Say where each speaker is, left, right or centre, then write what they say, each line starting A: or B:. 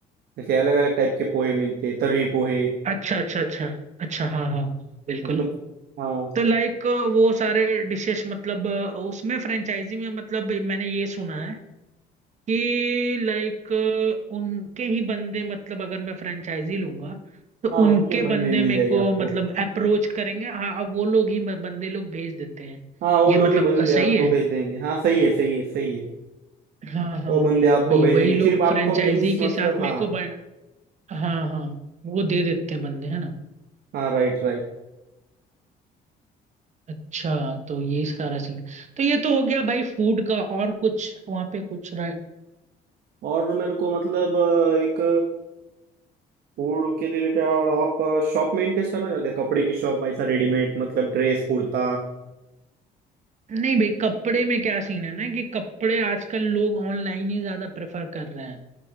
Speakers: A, on the right (about 65°); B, on the right (about 45°).
A: ऐसे अलग अलग टाइप के पोहे मिलते हैं तर्री पोहे
B: अच्छा अच्छा अच्छा अच्छा हाँ हाँ हाँ, बिल्कुल
A: मतलब हाँ
B: तो लाइक वो सारे डिशेस मतलब अ, उसमें फ्रेंचाइजी में मतलब मैंने ये सुना है कि लाइक उनके ही बंदे मतलब अगर मैं फ्रेंचाइजी लूंगा तो
A: हाँ
B: उनके
A: उनके बंदे
B: बंदे
A: मिल
B: मेरे
A: जाएंगे
B: को
A: आपको
B: मतलब अप्रोच करेंगे हाँ अब वो लोग ही बंदे लोग भेज देते हैं
A: हाँ वो
B: ये
A: लोग
B: मतलब
A: ही बंदे
B: अ, सही
A: आपको
B: है
A: भेज देंगे हाँ सही है सही है सही है
B: हाँ हाँ
A: वो बंदे
B: हाँ
A: आपको
B: वही
A: भेजेंगे
B: वही लोग
A: सिर्फ
B: फ्रेंचाइजी
A: आपको मीन्स
B: के
A: मतलब
B: साथ मेरे
A: हाँ
B: को ब- हाँ हाँ वो दे देते हैं बंदे है ना
A: हाँ राइट राइट
B: अच्छा तो ये सारा सीन तो ये तो हो गया भाई फूड का और कुछ वहाँ पे कुछ
A: और मेरे को मतलब अ, एक फूड के रिलेटेड और आप शॉप मेंटेन करना चाहते हैं कपड़े की शॉप ऐसा रेडीमेड मतलब ड्रेस कुर्ता
B: नहीं भाई कपड़े में क्या सीन है ना कि कपड़े आजकल लोग ऑनलाइन ही ज्यादा प्रेफर कर रहे हैं